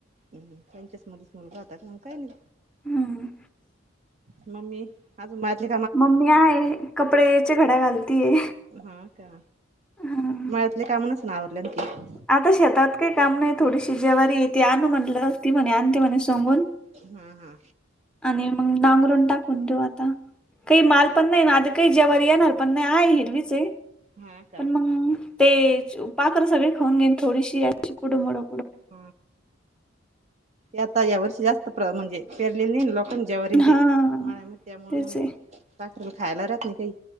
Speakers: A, on the right (about 35°); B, in the centre.
A: <inaudible> त्यांच्याच मुलीचा मुलगा हो काय नाही.
B: हं.
A: <inaudible> मम्मी अजून माझी
B: मम्मी आहे कपड्याचे घड्या घालतीये.
A: हा का?
B: हं.
A: मळ्यातले काम नसतील आवरल्यातील.
B: आता शेतात काही काम नाही थोडीशी ज्वारी आहे ती आणू म्हणलं ती म्हणे आणते म्हणे सांगून.
A: हा हा.
B: आणि मग नांगरून टाकून देऊ आता, काही माल
A: हा
B: पण नाही आधी काही जवारी येणार पण नाही आहे हिरवीच आहे,
A: हा का
B: पण मग ते पाखर सगळी खाऊन घेन थोडीशी याची कुडुमुडू.
A: <inaudible> आता या वर्षी जास्त म्हणजे पेरलेली नाही लोकांनी जवारीन
B: हा
A: ते मळ्याम
B: तेच
A: मग
B: आहे.
A: पाखरान खायला राहत नाही.